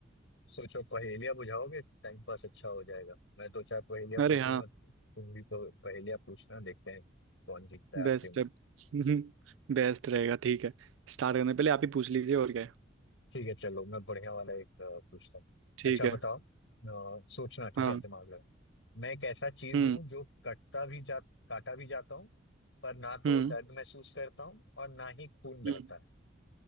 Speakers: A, on the left (about 75°); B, on the right (about 80°).
A: सोचो पहेलियां बुझाओगे टाइम पास अच्छा हो जाएगा मैं दो चार पहेलियां
B: अरे
A: पूछूंगा
B: हाँ
A: तुम भी प- पहेलियां पूछना देखते हैं कौन जीतता है आखिर
B: बेस्ट
A: में
B: है <laughs> बेस्ट रहेगा ठीक है स्टार्ट करने पहले आप ही पूछ लीजिए और क्या है
A: ठीक है चलो मैं बढ़िया वाला एक अ, पूछता हूँ
B: ठीक
A: अच्छा
B: है
A: बताओ अ, सोचना ठीक
B: हाँ
A: है दिमाग लगा मैं एक ऐसा चीज
B: हम्म
A: हूँ जो कटता भी जा काटा भी जाता हूँ पर ना तो
B: हम्म
A: दर्द महसूस करता हूँ और ना ही खून बहता
B: हम्म
A: है